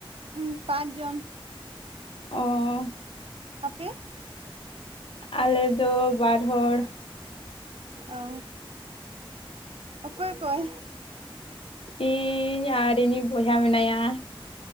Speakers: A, on the right; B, on the left.
A: ᱩᱸ ᱯᱟᱸᱪ ᱡᱚᱱ
B: ᱚᱻ
A: ᱟᱯᱮ?
B: ᱟᱞᱮ ᱫᱚ ᱵᱟᱨ ᱦᱚᱲ
A: ᱚ ᱚᱠᱚᱭ ᱠᱚᱭ?
B: ᱤᱧ ᱟᱨ ᱤᱧᱤᱡ ᱵᱚᱭᱦᱟ ᱢᱮᱱᱟᱭᱟ